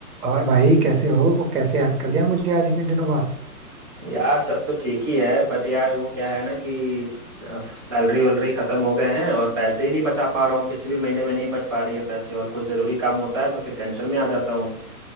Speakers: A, on the right; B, on the right.
A: और भाई कैसे हो कैसे याद कर लिया मुझे आज इतने दिनों बाद
B: यार सब तो ठीक ही है बट यार वो क्या है ना कि सैलरी वैलरी खत्म हो गए हैं और पैसे ही नहीं बचा पा रहा हूँ किसी भी महीने में नहीं बच पा रही है पैसे और कुछ जरूरी काम होता है तो फिर टेंशन में आ जाता हूँ